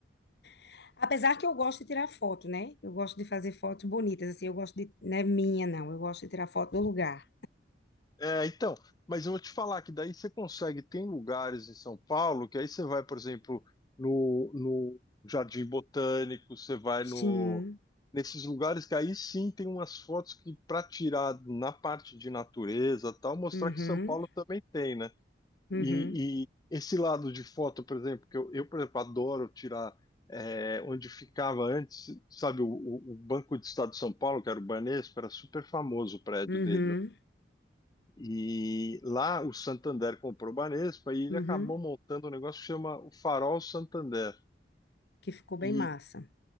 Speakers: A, on the left; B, on the left.
A: <laughs> apesar que eu gosto de tirar foto, né? Eu gosto de fazer fotos bonitas assim, eu gosto de, não é minha não, eu gosto de tirar foto do lugar.
B: É, então, mas eu vou te falar que daí você consegue, tem lugares em São Paulo que aí você vai, por exemplo, no, no Jardim Botânico, você vai no,
A: Sim.
B: nesses lugares que aí sim tem umas fotos que para tirar na parte de natureza, tal, mostrar
A: Uhum.
B: que São Paulo também tem, né?
A: Uhum.
B: E, e esse lado de foto, por exemplo, que eu, eu por exemplo, adoro tirar é, onde ficava antes, sabe, o, o o Banco do Estado de São Paulo, que era o Banespa, era super famoso o prédio
A: Uhum.
B: deles e lá o Santander comprou o Banespa e ele
A: Uhum.
B: acabou montando um negócio que chama o Farol Santander.
A: Que ficou
B: E
A: bem massa.